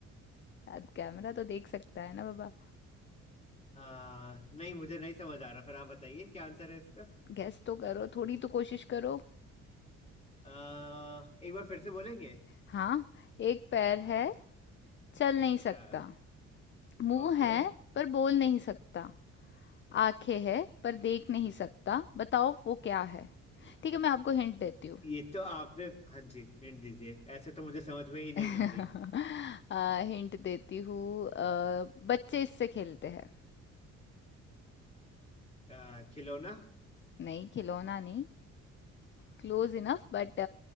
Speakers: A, on the left (about 40°); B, on the left (about 20°).
A: यार कैमरा तो देख सकता है ना बाबा
B: अ, नहीं मुझे नहीं समझ आ रहा फिर आप बताइए क्या आंसर है इसका
A: गेस तो करो थोड़ी तो कोशिश करो
B: अ, एक बार फिर से बोलेंगे
A: हाँ एक पैर है चल नहीं सकता
B: हाँ
A: मुंह
B: ओके
A: है पर बोल नहीं सकता आंखें है पर देख नहीं सकता बताओ वो क्या है ठीक है मैं आपको हिंट देती हूँ
B: ये तो आपने हाँ जी हिंट दीजिए ऐसे तो मुझे समझ में ही नहीं
A: <laughs>
B: आ रही
A: आ, हिंट देती हूँ अ, बच्चे इससे खेलते हैं
B: आ, खिलौना
A: नहीं खिलौना नहीं Close enough but